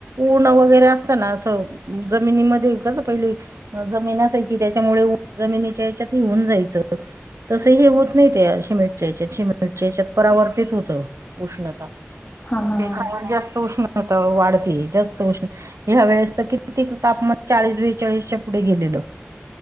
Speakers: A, on the right; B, on the left.
A: ऊन उटन वगैरे असतं ना असं जमिनीमध्ये कसं पहिले जमीन अस असायची त्याच्यामुळे ऊ -जमनी च्या हेच्यात ची -ऊन जायच- तस हे होत नाही त्या शीमेंट च्या याच्यात शीमेंट शिमेंटच्या येण्यात परावर्तीत होतं उष्णता
B: हा हा
A: त्याच्यामुळे
B: हा
A: जास्त उष्ण आता वाढते जास्त उष्ण- ह्या वेळेस तर किती- तापमान चाळीस- बेचाळीस च्या पुढे गेलेलो.